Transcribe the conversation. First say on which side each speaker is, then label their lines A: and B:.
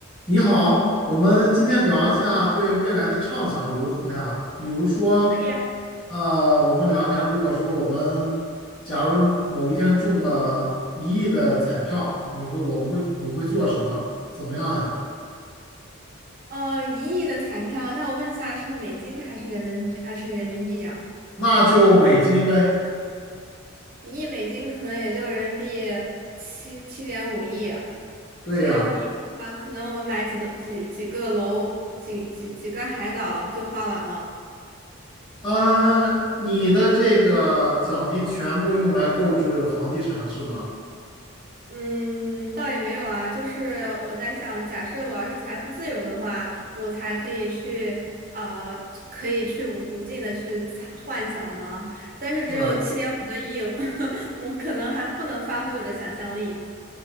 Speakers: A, on the left (about 25°); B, on the right (about 45°).
A: 你好，我们今天聊一下对未来的畅想如何呀？
B: 也可
A: 比如说，
B: 以啊，
A: 呃，我们聊一下，如果说我们假如某一天中了一亿的彩票，你会，我们会，你会做什么？怎么样呀？
B: 呃，一亿的彩票，那我问一下，是美金还是人民还是人民币呀、
A: 那就美金呗。
B: 一亿美金可能也就人民币七七点五亿，
A: 对呀，
B: 七点五亿的话，可能我买几栋几几个楼，几几几个海岛就花完了。
A: 嗯，你的这个奖金全部用来购置房地产是吗？
B: 嗯，倒也没有啊，就是我在想，假设我要是财富自由的话，我才可以去，呃，可以去无无尽的去猜幻想吗？但是只有七点五个亿，
A: 是啊。
B: <laughs> 我可能还不能发挥我的想象力。